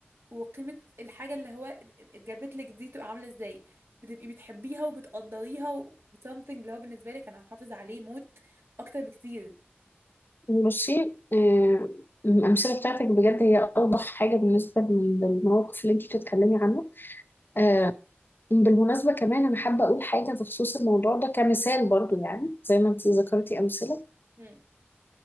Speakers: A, on the right; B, on the left.
A: وقيمه الحاجه اللي هو ات- ات- اتجابت لك دي تبقى عامله ازاي بتبقي بتحبيها وبتقدريها و something اللي هو بالنسبه لك انا هحافظ عليه موت اكتر بكتير
B: بصي آه، الأمثلة بتاعتك بجد هي أوضح حاجة بالنسبة للموقف اللي أنت بتتكلمي عنه آه، بالمناسبة كمان أنا حابة أقول حاجة بخصوص الموضوع ده كمثال برضو يعني زي ما أنت ذكرتي أمثلة
A: امم